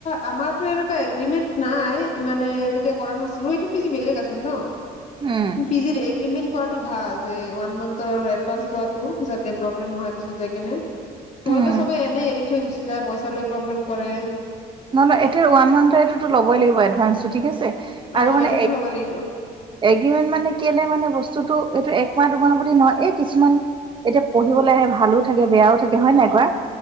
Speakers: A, on the left; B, on the right.
A: আমাৰতো এনেকুৱা এগ্ৰিমেণ্ট নাই, মানে, তেতিয়া কৰা নাছিলো। এইটো পিজি বেলেগ আছিল, ন?
B: উম,
A: পিজিৰ এগ্ৰিমেণ্ট কৰাটো ভাল যে, ওৱান মান্থৰ, আৰু এডভান্স লোৱাটো, যাতে প্ৰব্লেম নহয়, পিছত যায় কেনে। নহ'লে,
B: উম,
A: চবে এনে এৰি থৈ গুচি যায়, পইচা লৈ প্ৰব্লেম কৰে।
B: নহয়, নহয় এতিয়া ওৱান মান্থৰ এইটোতো ল'বই লাগিব এডভান্সটো ঠিক আছে,
A: অ
B: আৰু মানে
A: সেইটোতো ল'ব লাগিব।
B: এগ্ৰিমেণ্ট, মানে, কেলে, মানে, বস্তুটো, এইটো একমাহ-দুমাহ বুলি নহয়, এই কিছুমান এতিয়া পঢ়িবলৈ আহে, ভালো থাকে, বেয়াও থাকে, হয়, নাই কোৱা।